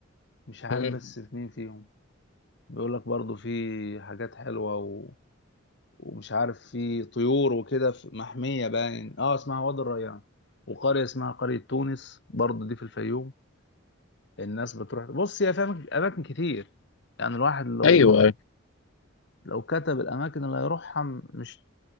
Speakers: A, on the left; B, on the left.
A: مش عارف
B: <laughs> مم.
A: بس في مين فيهم بيقول لك برضو في حاجات حلوة و... ومش عارف في طيور وكده في محمية باين اه اسمها وادي الريان وقرية اسمها قرية تونس برضو دي في الفيوم الناس بتروح بص يا فاهم أماكن كتير يعني الواحد لو
B: ايوه ايوه
A: لو كتب الاماكن اللي هيروحها م- مش